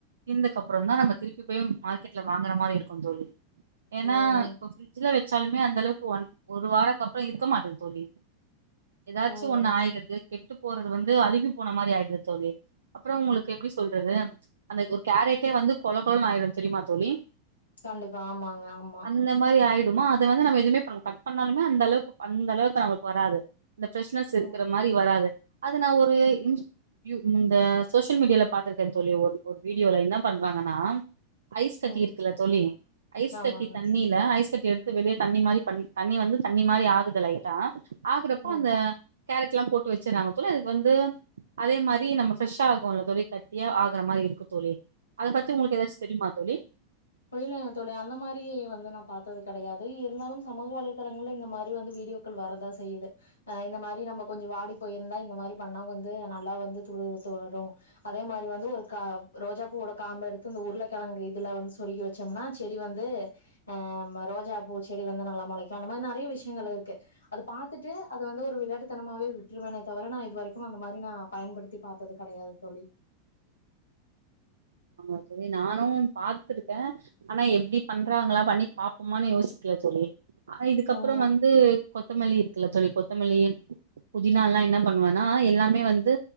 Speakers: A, on the right; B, on the left.
A: தீந்தக்கப்பறந்தா நம்ம திருப்பி போய் மார்க்கெட்ல வாங்கற மாரி இருக் குந் தோழி ஏன்னா
B: ம்
A: இப்போ ஃபிரிட்ஜ்ல வச்சாலுமே அந்தளவுக் ஒன் ஒரு வாரக்கப்பறோ இருக்க மாட்டேது தோழி எதாச்சு
B: ம்
A: ஒன்னு ஆய்டுது கெட்டு போறது வந்து அழுவி போன மாரி ஆயிடுது தோழி அப்பறோ உங்களுக்கு எப்டி சொல்றது அந்த ஒரு கேரட்டே வந்து கொள கொளன் ஆயிரு தெரியுமா தோழி
B: கண்டிப்பா ஆமாங்க ஆமா
A: அந்த மாரி ஆயிடுமா அத வந்து நம்ம எதுவுமே பண்ண கட் பண்ணாலுமே அந்த அளவுக்கு அந்த அளவுக்கு நமக்கு வராது இந்த ஃபிரஷனஸ் இருக்குற
B: ம்
A: மாரி வராது அத நா ஒரு இன் யூ இந்த சோசியல் மீடியால பாத்துருக்கே தோழி ஒரு ஒரு வீடியோல என்ன பண்றாங்கன்னா ஐஸ் கட்டி
B: ம்
A: இருக்குல்ல தோழி ஐஸ்
B: ஆமாங்க
A: கட்டி தண்ணில ஐஸ் கட்டி எடுத்து வெளியே தண்ணி மாரி பண்ணி தண்ணி வந்து தண்ணி மாரி ஆகுது லைட்டா ஆகுறப்போ
B: ம்
A: அந்த கேரட்லா போட்டு வச்சறாங்க தோழி அது வந்து அதே மாரி நம்ம ஃப்ரெஷ்ஷா ஆகுல்ல தோழி கட்டியா ஆகுற மாரி இருக்கு தோழி அத பத்தி உங்ளுக் எதாச்சு தெரியுமா தோழி
B: அதுல்ல தோழி அந்த மாரி வந்து நா பா த்தது கெடையாது இருந்தாலும் சமூக வலைதளங்கள்ல இந்த மாரி வந்து வீடியோக்கள் வரதா செய்யுது அ இந்த மாரி நம்ம கொஞ்சொ வாடி போயிருந்தா இந்த மாரி பண்ணா வந்து நல்லா வந்து துளுர் விட்டு வரு அதே மாரி வந்து ஒரு க ரோஜா பூவோட காம்ப எடுத்து இந்த உருளக்கெழங்கு இதுல வந்து சொருகி வச்சோம்னா செடி வந்து ஆ ம ரோஜா பூ செடி வந்து நல்லா மொளைக்கு அந்த மாரி நெறைய விஷயங்கள் இருக்கு அது பாத்துட்டு அத வந்து ஒரு விளையட்டுத்தனமாவே விட்டுருவேன தவர நா இது வரைக்கும் அந்த மாரி நா பயன்படுத்தி பாத்தது கெடையாது தோழி
A: ஆமா தோழி நானும் பாத்துருக்கே ஆனா எப்டி பண்றாங்களா பண்ணி பாப்போமானு யோசிக்கல தோழி ஆனா இதுக்கப்பறோ
B: ம்
A: வந் து கொத்தமல்லி இருக்குல்ல தோழி கொத்தமல்லி புதினால்லா என்ன பண்ணுவன்னா எல்லாமே வந்து